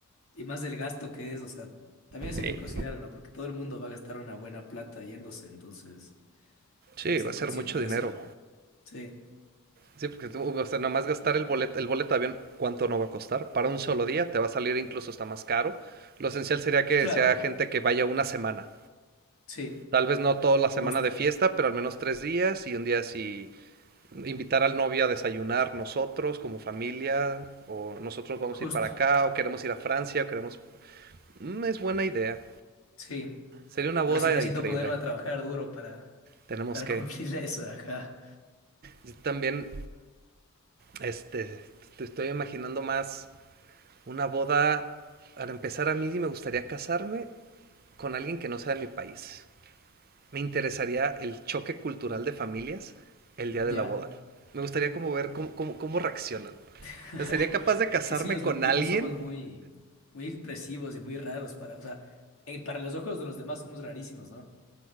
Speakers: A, on the left; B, on the right.
A: Y más del gasto que es, o sea, también eso
B: Eh,
A: hay que considerar, ¿no? Porque todo el mundo va a gastar una buena plata yéndose, entonces, o sea,
B: sí,
A: hay que ser
B: va a ser
A: consciente
B: mucho
A: de
B: dinero.
A: eso. Sí,
B: Sí, porque tú, o sea, nomás gastar el boleto, el boleto de avión, ¿cuánto no va a costar? Para un solo día te va a salir incluso hasta más caro. Lo esencial sería que
A: claro,
B: sea gente que vaya una semana.
A: sí,
B: Tal vez no toda la semana
A: justo,
B: de fiesta, pero al menos tres días y un día si invitar al novio a desayunar nosotros como familia, o nosotros vamos
A: justo,
B: a ir para acá, o queremos ir a Francia, o queremos... Mm, es buena idea.
A: sí.
B: Sería una
A: Pero
B: boda
A: sí necesito
B: increíble.
A: ponerme a trabajar duro para,
B: Tenemos
A: para
B: que...
A: <laughs> cumplir eso, ajá.
B: Yo también, este, te estoy imaginando más Una boda, para empezar a mí me gustaría casarme con alguien que no sea de mi país. Me interesaría el choque cultural de familias el día de
A: Ya.
B: la boda. Me gustaría como ver cómo, cómo, cómo reaccionan.
A: <laughs>
B: O sea, ¿sería capaz de casarme
A: Es que sí, los
B: con
A: latinos
B: alguien?
A: somos muy, muy expresivos y muy raros para, o sea, eh, para los ojos de los demás somos rarísimos, ¿no?